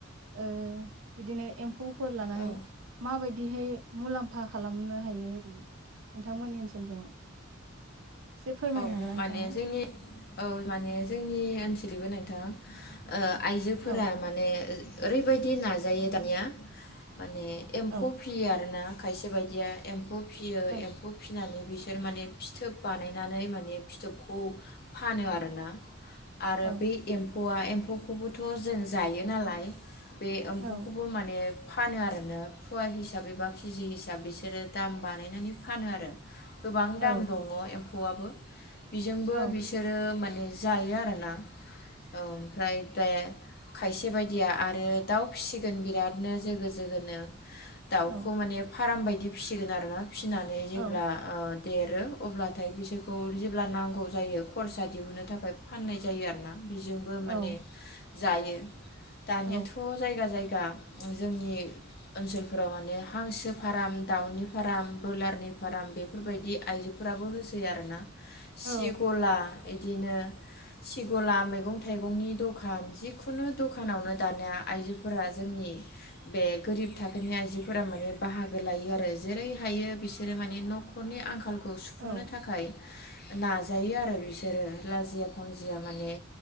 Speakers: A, on the right (about 80°); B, on the left (about 50°).
A: ओ बिदिनो एम्फौ फोर लानानै
B: औ
A: माबाय बिदिहाय मुलाम्फा खालामनो हायो ओरै नोंथांमोननि ओनसोलजों? एसे फोरमायनो
B: औ
A: हागोन नोंथाङा
B: माने जोंनि औ माने जोंनि ओनसोल <unintelligible> नोंथां ओ आइजोफोरा
A: औ
B: माने ओ ओरैबायदि नाजायो दानिया माने एम्फौ
A: औ
B: फियो आरो ना खायसे बायदिया एम फौ फियो
A: औ
B: एम्फौ फिनानै बिसोर माने फिथोब बानाय नानै माने फिथोबखौ फानो आरोना आरो
A: औ
B: बे एम फौवा एम्फौखौबोथ' जों जायो नालाय बे एम्फौखौबो
A: औ
B: माने फानो आरोना फवा हिसाबै एबा केजि हिसाब बिसोरो दाम बानायनानै फानोआरो गोबां
A: औ
B: दाम दङ एम फौआबो बिजोंबो
A: औ
B: बिसोरो ओ माने जायो आरोना औ ओमफ्राय दा खायसे बायदिया आरो दाउ फिसिगोन बिरादनो जोगो जोगोनो दाउखौ
A: औ
B: माने फार्म बायदि फिसिगोन आरो ना फिनानै जेब्ला
A: औ
B: ओ देरो अब्ला नाथाय बिसोरखौ जेब्ला नांगौ जायो खरसा दिहुनो थाखाय फाननाय जायो आरो ना बेजोंबो
A: औ
B: माने जायो दानियाथ'
A: औ
B: जायगा जायगा दा जोंनि ओनसोलफोराव माने हांसो फार्म, दाउनि फार्म, ब्रयलारनि फार्म बेफोरबायदि आइजोफोराबो होसै होयो आरो ना
A: औ
B: सिगला इदिनो सिगला मैगं थाइगंनि दखान जिखुनु दखानावनो दानिया आइजोफोरा जोंनि बे गोरिब थाखोनि आइजोफोरा माने बाहागो लायो आरो जेरै हायो बिसोरो माने न'खरनि आंखालखौ सुफुंनो
A: औ
B: थाखाय नाजायो आरो बिसोरो लाजिया फांजिया माने